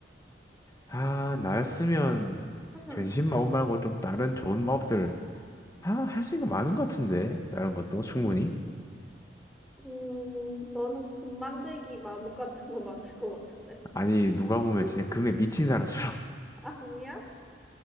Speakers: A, on the left; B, in the centre.
A: 아, 나였으면
B: 응.
A: 변신 마법 말고 좀 다른 좋은 마법들, 아, 할 수 있는 거 많은 것 같은데. 다른 것도 충분히.
B: 음, 너는 금 만들기 마법 같은 거 만들 것 같은데.
A: 아니, 누가 보면
B: <laughs>
A: 진짜 금에 미친 사람처럼. <laughs>
B: 아니야?